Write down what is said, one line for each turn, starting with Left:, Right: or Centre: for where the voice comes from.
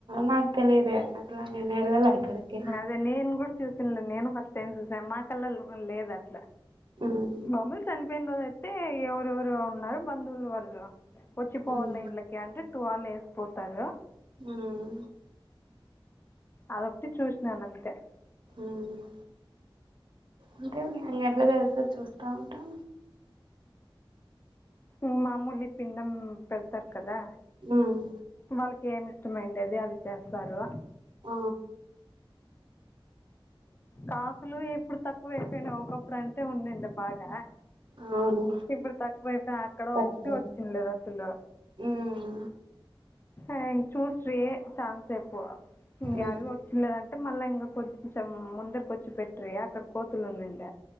Right: నాకు తెలిదే అట్లా నేను ఎల్లలే ఎక్కడకి
Left: దే నేను కూడా చూసింద్లె నేను ఫస్ట్ టైం చూసాను మా కల్లా లేదు అట్లా
Right: ఉమ్
Left: మాములు చనిపోయిన రోజయితే ఎవరెవరో ఉన్నారు బంధువులు వాళ్ళు వచ్చిపోవాల
Right: ఉమ్
Left: ఇళ్లకి అంటే టూవాళ్ళ వేసిపోతారు
Right: ఉమ్
Left: అదొకటి చూసినాను అంతే.
Right: ఉమ్ అంటే మీ ఎట్ల దగ్గర తె చూస్తా ఉంటం.
Left: ఉమ్ మామూలు పిండం పెడతారు కదా.
Right: ఉమ్
Left: వాళ్ళకి ఏమి ఇష్టమయిండేది ఆది చేస్తారు.
Right: ఆ
Left: కాకులు ఇప్పుడు తక్కువ అయిపోయినాయి ఒకప్పుడు అంటే ఉన్నిండే బాగా
Right: అవును
Left: ఇప్పుడు తక్కువైపోయి అక్కడ
Right: తక్కువ
Left: ఒకటి వచ్చిండల్లేదు అసలు
Right: ఉమ్
Left: ఆ చూస్ట్రే చాన్సేపూ ఇంగా
Right: ఉమ్
Left: అవి పో చిల్లదంటే మళ్ళా ఇంగా కొంచెం ముందరికి వచ్చి పెట్ట్రి అక్కడ కోతులు ఉండుండ